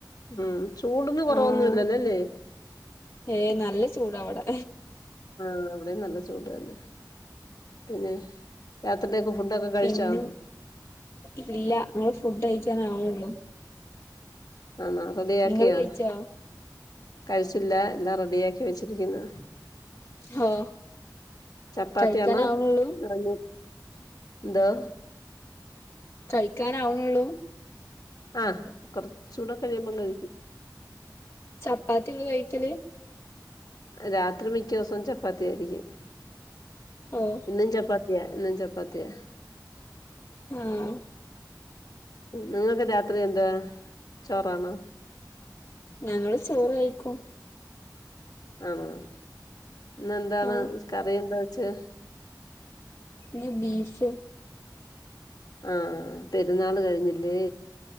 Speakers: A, on the left (about 60°); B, on the left (about 35°).
A: ഉം ചൂട്ന് കുറവൊന്നുംല്ലല്ലോല്ലേ?
B: ആഹ് ഏഹ് നല്ല ചൂടവിടെ
A: ആഹ് ഇവിടെ നല്ല ചൂട്ന്നേ പിന്നെ? രാത്രിലേക്ക് ഫുഡൊക്കെ കഴിച്ചോ?
B: പിന്നെ ഇല്ല ങ്ങള് ഫുഡ് കഴിക്കാൻ ആ വ്ന്നേള്ളൂ.
A: ആന്നോ റെഡിയാക്കിയോ
B: നിങ്ങള് കഴിച്ചോ
A: കഴിച്ചില്ല എല്ലാം റെഡി ആക്കി വെച്ചിരിക്കുന്നു.
B: ഹോ
A: ചപ്പാത്തിയാന്നോ
B: കഴിക്കാനാവണൊള്ളൂ
A: അതൊനി എന്തോ?
B: കഴിക്കാനാവ്ണേള്ളൂ.
A: ആഹ് കൊറച്ചൂടെ കഴിയുമ്പം കഴിക്കും.
B: ചപ്പാത്തി ഇങ്ങള് കഴിക്കല്
A: രാത്രി മിക്ക ദിവസവും ചപ്പാത്തി ആയിരിക്കും
B: ഓഹ്
A: ഇന്നും ചപ്പാത്തി അയാ എന്നും ചപ്പാത്തിയാ
B: ആഹ്
A: നിങ്ങൾക്ക് രാത്രി എന്താ ചോറാണോ
B: ഞങ്ങള് ചോറ് കഴിക്കും
A: ആണോ ഇന്ന് എന്താണ്
B: ആഹ്
A: കറി എന്താ വെച്ച്
B: ഇന്ന് ബീഫ്
A: ആഹ പെരുന്നാൾ കഴിഞ്ഞില്ലേ